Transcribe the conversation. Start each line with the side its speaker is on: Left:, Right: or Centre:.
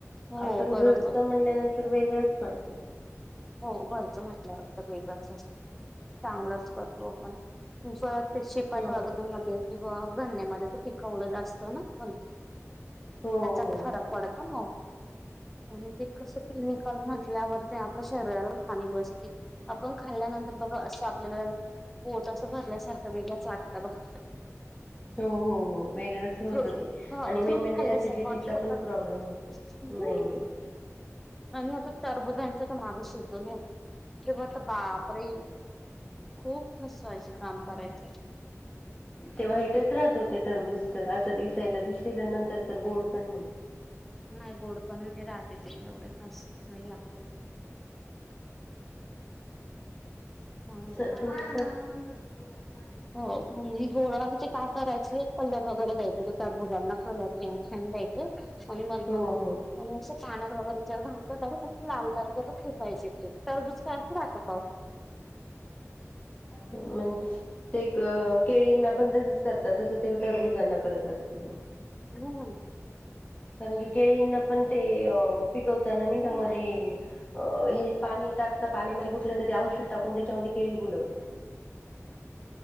Centre: हो
Left: आपण
Centre: बरोबर
Left: घरच म्हणल्यानंतर वेगळंच पडतं
Centre: हो घरचं म्हटल्यावर तर वेगळच असतो चांगलंच करतो आपण परत ते शिपाट
Left: हो
Centre: वगैरे मध्ये किंवा धान्यामध्ये तर पिकवड असतं ना पण
Left: हो हो
Centre: त्याचा फरक पडत म आणि ते कसं क्लिनिकल म्हटल्यावर ते आप शरीराला हानी बसते आपण खाल्ल्यानंतर बघ असं आपल्याला पोट असं भरण्यासारखं वेगळंच वाटतं मग
Left: हो हो हो वेगळंच होतं
Centre: फ्रूट
Left: ते
Centre: हा
Left: आणि मेन
Centre: फ्रूट
Left: म्हणजे
Centre: खाल्ल्यासारखं
Left: सिडिटीचा
Centre: वाटत
Left: पण
Centre: का?
Left: प्रॉब्लेम होतो
Centre: हम्म
Left: नाही नाही
Centre: आणि आता चार बुजा माग शिकून होत तेव्हा आता बापरे खूप हसवायचं काम करायचं
Left: ते वाईटच राहत होते टरबूज तर असं दिसायला दिसेल नंतर तर गोड पण नाही
Centre: नाही गोड पण राहते ते एवढे खास नाही लागते चांगलं
Left: स
Centre: नस्
Left: <inaudible>
Centre: हो म्हणजे गोड आणि ते काय करायचे कलर वगैरे द्यायचे ते कारबुजांना कलर छड द्यायचं आणि मर लागत
Left: हो हो.
Centre: आणि असं पाण्यात वगैरे जग घातातडरेक् लाल लाल जग फेकायचे ते तरबूज काय असं राहत का
Left: म्हणजे ते केळींना पण तसच करतात तस ते तररबुजांना करत असतील मग
Centre: होम
Left: कारण की केळींना पण ते पिकवताना नाही का मध्ये अ हे पाणी टाकता पाण्यामध्ये कुठलं तरी औषध टाकून त्या केळी बुडव होता